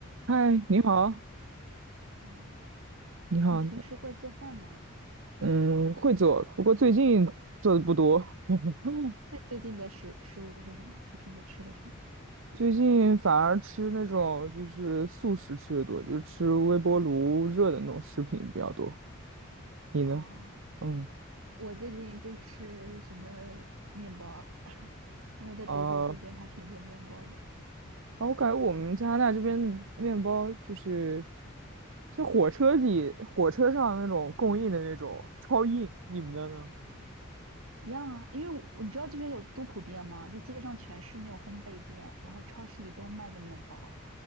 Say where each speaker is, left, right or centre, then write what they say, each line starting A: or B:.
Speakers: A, on the right; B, on the right.
A: 嗨，你好，
B: 嗯，
A: 你好，
B: 你平时会做饭吗？
A: 嗯，会做，不过最近做的不多，<laughs>
B: 那你最近的食食物是什么？就平时吃的什么？
A: 最近反而吃那种就是速食吃的多，就是吃微波炉热的那种食品比较多。你呢？
B: 哦，
A: 嗯，
B: 我最近就吃什么面包儿 <laughs> 因为在德国这边还挺多面包的。
A: 啊啊，我感觉我们加拿大这边的面包就是，像火车里、火车上那种供应的那种超硬，你们的呢？
B: 一样啊，因为我你知道这边有多普遍吗？就街上全是那种烘焙店，然后超市里都卖的面包，